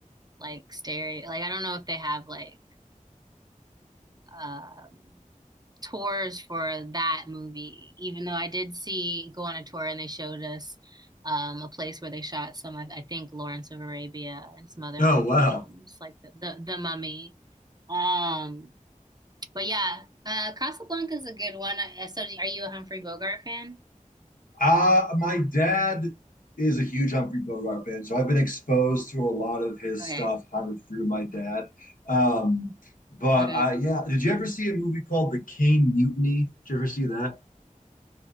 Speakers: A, on the right (about 30°); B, on the left (about 85°).
A: like stereo like I don't know if they have like um tours for that movie, even though I did see go on a tour and they showed us um, a place where they shot some, I, I think, Lawrence of Arabia and some other
B: Oh
A: Hollywood
B: wow.
A: films like the the, the Mummy. Um, but yeah, uh, Casablanca is a good one. I, so, are you a Humphrey Bogart fan?
B: Uh, my dad is a huge Humphrey Bogart fan, so I've been exposed to a lot of his
A: Okay.
B: stuff kind of through my dad. Um, but
A: hmm
B: uh, yeah, did you ever see a movie called The Caine Mutiny? Did you ever see that?